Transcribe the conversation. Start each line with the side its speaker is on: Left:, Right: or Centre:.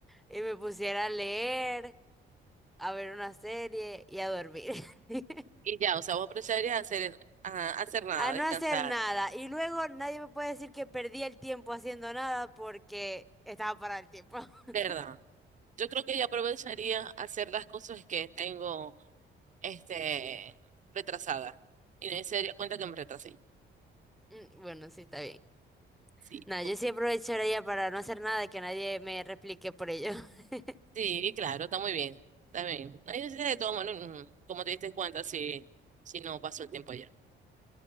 Centre: y me pusiera a leer, a ver una serie y a dormir. <laughs>
Right: Y ya, o sea, vos aprovecharías a hacer, a hacer nada,
Centre: A no
Right: descansar,
Centre: hacer nada. Y luego nadie me puede decir que perdí el tiempo haciendo nada porque estaba parado el tiempo. <laughs>
Right: ¿verdad? Yo creo que yo aprovecharía hacer las cosas que tengo, este, retrasadas. Y no se daría cuenta que me retrasé.
Centre: Mm, Bueno, sí, está bien.
Right: Sí,
Centre: Nada,
Right: justo.
Centre: yo sí aprovecharía para no hacer nada y que nadie me replique por ello. <laughs>
Right: sí, claro, está muy bien. Está bien. No hay necesidad de todo, bueno, mm, como te diste cuenta si, si no pasó el tiempo ayer.